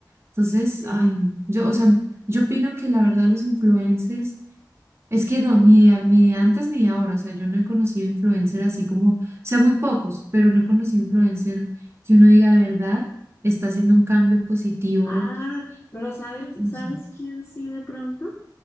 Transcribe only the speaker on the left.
Sí.
Ah, pero ¿sabes,
sabes
quién sí de pronto?